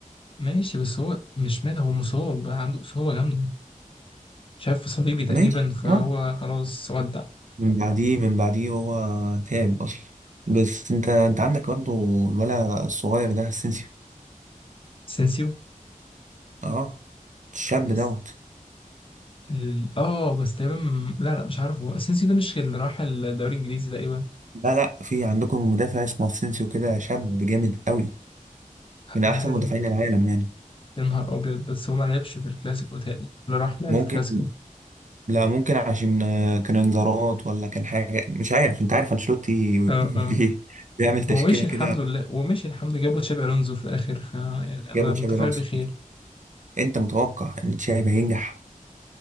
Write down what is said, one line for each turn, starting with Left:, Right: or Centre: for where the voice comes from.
Left: ماشي بس هو مش مات هو مصاب بقى عنده إصابة جامدة شاف صليبي تقريبا
Right: ماشي
Left: فهو
Right: اه
Left: خلاص ودع
Right: من بعديه من بعديه هو تعب اصلا بس انت انت عندك برضه الولا الصغير ده اسينسيو
Left: اسينسيو
Right: اه الشاب
Left: بس-
Right: دوت
Left: ال- اه بس تقريبا لا لا مش عارف هو اسينسيو ده مش اللي راح الدوري الانجليزي تقريبا
Right: لا لا في عندكم مدافع اسمه اسينسيو كده شاب جامد قوي من
Left: انا
Right: احسن
Left: عارف
Right: مدافعين
Left: ان
Right: العالم يعني
Left: يا نهار ابيض بس هو ما لعبش في الكلاسيكو تاني اللي راح لعب
Right: ممكن
Left: في الكلاسيكو
Right: لا ممكن عشان آه، كان انذارات ولا كان حاجه مش عارف انت عارف انشيلوتي <laughs>
Left: اه اه
Right: بي- بيعمل تشكيله
Left: هو مشي
Right: كده
Left: الحمد لله هو مشي الحمد لله جابوا تشابي الونزو في الاخر ف يعني أبقى
Right: جابوا تشابي
Left: متفائل
Right: الونسو
Left: بخير
Right: انت متوقع ان تشابي هينجح